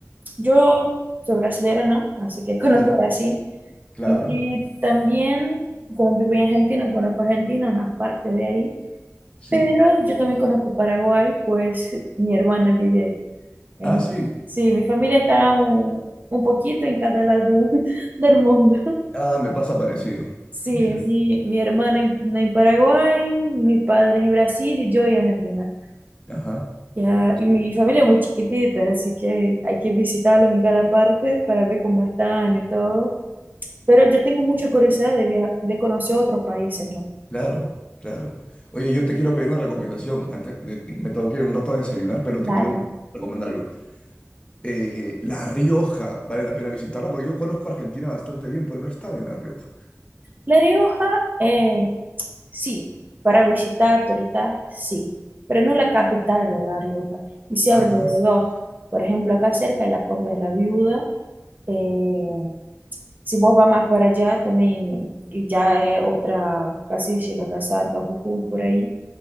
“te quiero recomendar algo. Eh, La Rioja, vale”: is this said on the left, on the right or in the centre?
Left